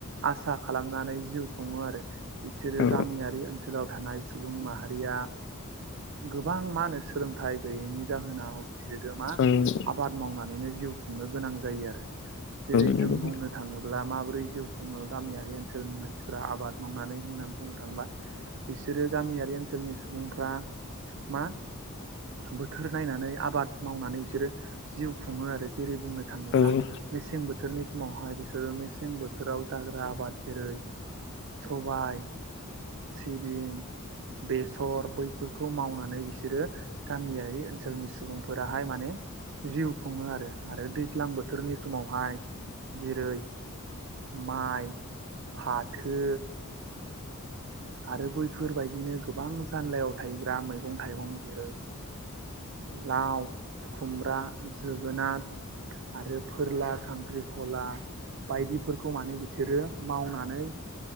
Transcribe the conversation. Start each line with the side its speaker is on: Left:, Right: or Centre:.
Right: आसा खालामनानै जिउ खुंङो आरो बिसोरो
Left: औ
Right: गामियारि ओन ओनसोलाव थानाय सुबुं माहारिया गोबां मा होनो सोलोंथाइ गैयैनि जाहोनाव बिसोरो मा
Left: औ नंगौ
Right: आबाद मावनानैनो जिउ खुंनो गोनां जायो आरो जेरै
Left: नोंथां
Right: जों बुंनो थांङोब्ला माबोरै जिउ खुङो गामियारि ओनसोलनि मानसिफ्रा आबाद मावनानै होननानै बुंनो थाङोबा बिसोरो गामियारि ओनसोलनि सुबुंफ्रा मा बोथोर नायनानै आबाद मावनानै बिसोरो जिउ खुंङो आरो जेरै बुंनो थांङोब्ला
Left: औ औ
Right: मेसें बोथोरनि समावहाय बिसोरो मेसें बोथोराव जाग्रा आबाद जेरै सबाय सिबिं बेसर बैफोरखौ मावनानै बिसोरो गामियारि ओनसोलनि सुबुंफोराहाय माने जिउ खुंङो आरो आरो दैज्लां बोथोरनि समावहाय जेरै माइ फाथो आरो बैफोरबायदिनो गोबां जानलायाव थायग्रा मैगं थाइगं जेरै लाव खुमब्रा जोगोनार आरो फोरला खांख्रिखला बायदिफोरखौ माने बिसोरो मावनानै